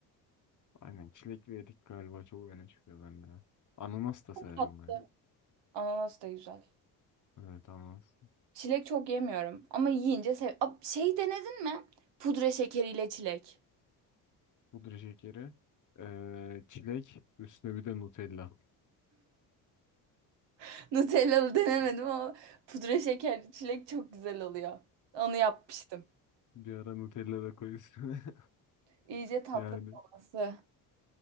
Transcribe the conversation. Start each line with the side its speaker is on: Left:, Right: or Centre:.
Left: Aynen çilek ve erik galiba çok öne çıkıyor bende. Ananas da severim
Right: Tatlı.
Left: ben.
Right: Ananas da güzel.
Left: Evet ananas.
Right: Çilek çok yemiyorum ama yiyince sev. Ab, Şey denedin mi? Pudra şekeriyle çilek.
Left: Pudra şekeri, ee, çilek, üstüne bir de Nutella.
Right: <laughs> Nutellalı denemedim ama pudra şekerli çilek çok güzel oluyor. Onu yapmıştım.
Left: Bir ara Nutella da koy üstüne. <laughs>
Right: İyice tatlı
Left: Yani
Right: olması.